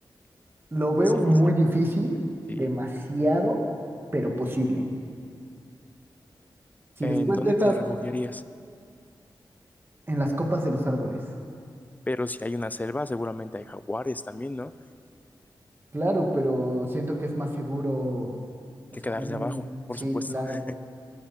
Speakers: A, on the right; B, on the left.
A: Lo veo
B: Es difícil,
A: muy difícil,
B: sí.
A: demasiado, pero posible. Si
B: ¿En
A: después
B: dónde
A: de esas,
B: te refugiarías?
A: en las copas de los árboles.
B: Pero si hay una selva, seguramente hay jaguares también, ¿no?
A: Claro, pero siento que es más seguro esconderme.
B: Que quedarse abajo, por
A: Sí,
B: supuesto.
A: claro.
B: <laughs>